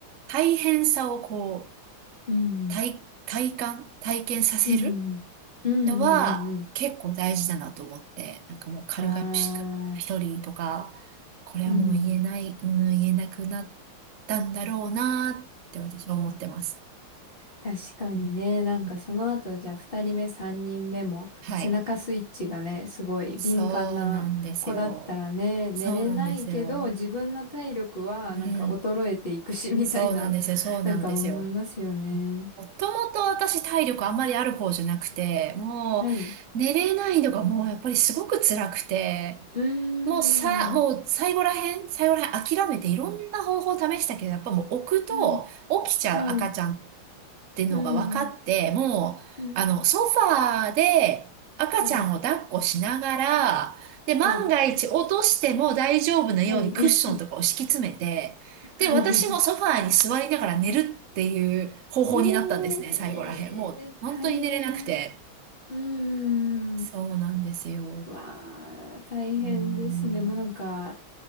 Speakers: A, on the right; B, on the left.
A: 大変さをこう、
B: うん。
A: 体、体感、体験させる
B: うん。うんうんうんうん。
A: のは結構大事だなと思って、なんかもう軽々しく一人とか、
B: ああ、
A: これはもう言えない、
B: うん。
A: うん、言えなくなったんだろうなって私は思ってます。
B: 確かにね、
A: うん
B: なんかその後、
A: うん
B: じゃあ二人目、三人目も背中スイッチがね、
A: はい。
B: すごい敏感な子だったらね、
A: そうなんですよ。
B: 寝れないけど、
A: そうなんですよ。
B: 自分の体力はなんか衰えていくし、
A: うん。
B: みたいな、
A: そうなんですよ。
B: <laughs>
A: そうなんですよ。
B: なんか思いますよね。
A: もともと私体力あんまりある方じゃなくて、も
B: はい。
A: う寝れないのがもうやっぱりすごく辛くて、
B: うーん。
A: もうさ、もう最後らへん、最後らへん諦めていろんな方法を試したけど、やっぱもう置くと起きちゃう赤ちゃんっ
B: はい。はい。
A: ていうのが分かって、
B: うん。
A: もう、
B: うん。
A: あの、ソファーで赤ちゃんを抱っこしながら、
B: はい。
A: で、万が一落としても大丈夫なようにクッションとかを敷き詰めて、
B: はい。はい。
A: で、
B: <laughs>
A: 私もソファーに座りながら寝るっていう方法になったんですね、
B: ええ大変。
A: 最後らへん。もう、本当に寝れなくて。
B: うーん。
A: そうなんですよ。
B: わあ、大変ですね。
A: うーん。
B: もうなんか、